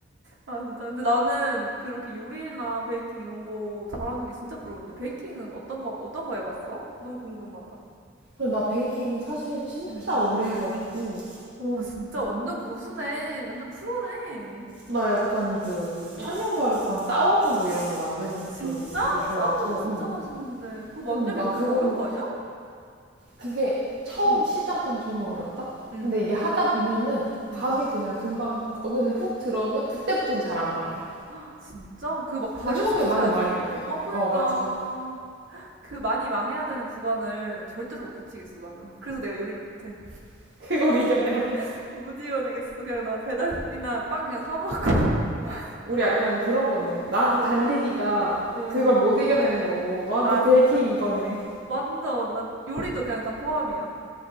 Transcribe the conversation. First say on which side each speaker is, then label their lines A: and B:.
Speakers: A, on the right; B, on the right.
A: 아, 진짜. 근데 나는 그렇게 요리나 베이킹 이런 거 잘하는 게 진짜 부러운데. 베이킹은 어떤 거, 어떤 거 해봤어? 너무 궁금하다.
B: 그리고 나 베이킹은 사실 진짜
A: 응.
B: 오래 해가지고,
A: 오, 진짜 완전 고수네. 완전 프로네.
B: 나 약간 그
A: 어.
B: 천연 발효빵 사워도 뭐 이런 거 만드는
A: 진짜?
B: 것도 되게 좋아하고,
A: 싸도 진짜
B: 응.
A: 맛있는데. 그거
B: 응,
A: 만들기
B: 나
A: 엄청
B: 그건
A: 어려운 거 아니야?
B: 그게 처음
A: 응.
B: 시작은 정말 어렵다.
A: 응,
B: 근데 이게 하다 보면은 감이
A: 응.
B: 그냥 금방 어느새 훅 들어오면 그때부터는 잘 안 망해.
A: 아, 진짜? 그 막 발효시켜서
B: 근데 처음에 많이
A: 해야지.
B: 망해야 돼.
A: 어, 그니까.
B: 어, 맞아.
A: 그 많이 망해야 되는 구간을 절대로 못 버티겠어, 나는. 그래서 내가 요리를 못해.
B: <laughs> 그걸 이겨내야 돼.
A: <laughs> 못 이겨내겠어. 그냥 나 배달이나 빵 그냥 사 먹고. <laughs> 그러니까
B: 우리 약간 그런 거네. 나한테
A: 응,
B: 달리기가
A: 응.
B: 그걸 못 이겨내는 거고, 너한테
A: 아,
B: 베이킹인
A: 진짜?
B: 거네.
A: 완전, 난 요리도 그냥 다 포함이야.